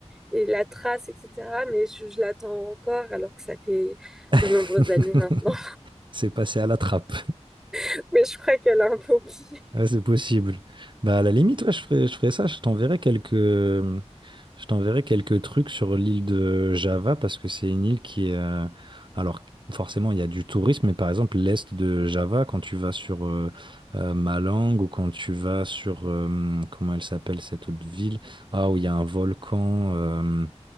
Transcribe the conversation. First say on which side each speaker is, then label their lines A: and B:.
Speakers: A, in the centre; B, on the right (about 45°).
A: et la trace, etc. Mais je, je l'attends encore alors que ça fait
B: <laughs>
A: de nombreuses années maintenant.
B: C'est passé à la trappe.
A: <laughs> Mais je crois qu'elle a un peu oublié.
B: Ah, c'est possible. Bah, à la limite, ouais, je ferai, je ferai ça. Je t'enverrai quelques, euh, je t'enverrai quelques trucs sur l'île de Java parce que c'est une île qui est. euh, alors, forcément, il y a du tourisme, mais par exemple, l'est de Java, quand tu vas sur euh, euh, Malang ou quand tu vas sur. euh, comment elle s'appelle cette autre ville? Ah, où il y a un volcan euh,